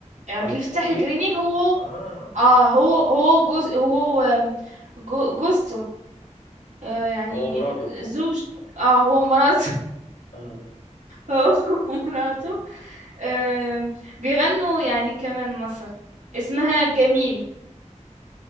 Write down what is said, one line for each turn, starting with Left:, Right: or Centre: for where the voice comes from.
Right: عبد
Left: عبد
Right: الفتاح
Left: الشافي
Right: القريني هو
Left: اه
Right: اه هو هو وجوز هو و- جو- جوزته آه يعني
Left: هو مراته
Right: زوج اه هو مراته
Left: <laughs> اه
Right: هو <laughs> ومراته آم، بيغنوا يعني كمان مصري اسمها جميلة